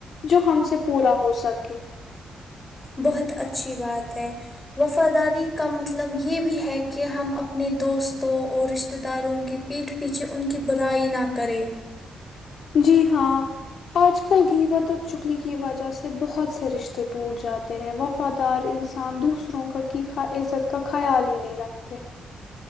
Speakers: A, on the left; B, on the left.
A: جو ہم سے پورا ہو سکتا
B: بہت اچھی بات ہے وفاداری کا مطلب یہ بھی ہے کہ ہم اپنے دوستوں اور رشتہ داروں کے پیٹھ پیچھے ان کی برائی نہ کریں
A: جی ہاں آج کل گھیبت اور چکلی کی وجہ سے بہت سے رشتے ٹوٹ جاتے ہیں وفادار انسان دوسروں کا کی عزت کا خیال ہی نہیں رکھتے